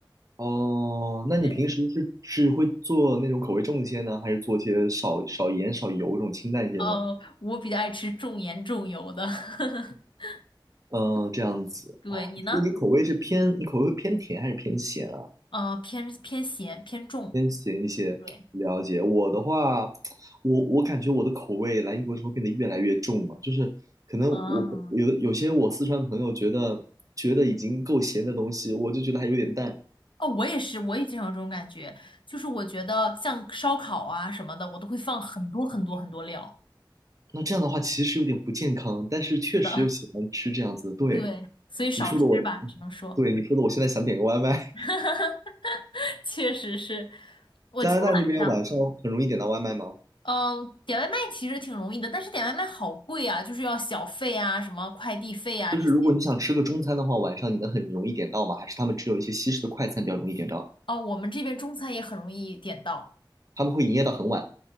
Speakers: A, on the right (about 40°); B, on the left (about 75°).
A: 哦，那你平时是是会做那种口味重一些呢，
B: 对，
A: 还是做一些少少盐少油这种清淡一些呢？
B: 呃，我比较爱吃重盐重油的。<laughs>
A: 嗯，这样子，
B: 对，你呢？
A: 所以你口味是偏你口味会偏甜还是偏咸啊？
B: 呃，偏偏咸偏重。
A: 偏咸一些，
B: 对，
A: 了解。我的话，我我感觉我的口味来英国之后变得越来越重了，就是可能我有的有些我四川朋友觉得觉得已经够咸的东西，
B: 啊。
A: 我就觉得还有点淡。
B: 哦，我也是，我也经常有这种感觉，就是我觉得像烧烤啊什么的，我都会放很多很多很多料。
A: 那这样的话其实有点不健康，但是确实又喜欢吃这样子的，
B: 是的，
A: 对。
B: 对，所以少吃吧，
A: 你说的我，
B: 只能说，
A: 对你说的，我现在想点个外卖。
B: <laughs> 确实是。
A: <laughs>
B: 我今天晚上，
A: 加拿大那边晚上很容易点到外卖吗？
B: 嗯，点外卖其实挺容易的，但是点外卖好贵啊，就是要小费啊，什么快递费啊这些。
A: 就是如果你想吃个中餐的话，晚上你能很容易点到吗？还是他们只有一些西式的快餐比较容易点到？
B: 哦，我们这边中餐也很容易点到，
A: 他们会营业到很晚